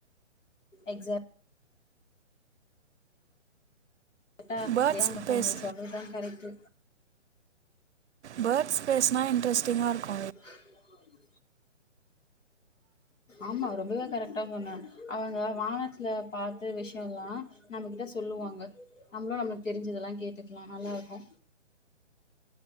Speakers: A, on the left (about 80°); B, on the right (about 65°).
A: எக்ஸாட் கேட்டா
B: பேர்ட்
A: அதான்
B: ஸ்பேஸ்
A: இருக்கு நீ சொல்றதுதா கரெக்ட்டு
B: பேட்ஸ் பேஸ்னா இன்டரஸ்டிங்கா இருக்கு
A: <inaudible> ஆமா ரொம்பவே கரெட்டா சொன்ன அவுங்க வானத்துல பாத்து விஷியல்லா நம்மகிட்ட சொல்லுவாங்க நம்மளு நம்மளுக்கு தெரிஞ்சதெல்லா கேட்டுக்கலா நல்லா இருக்கு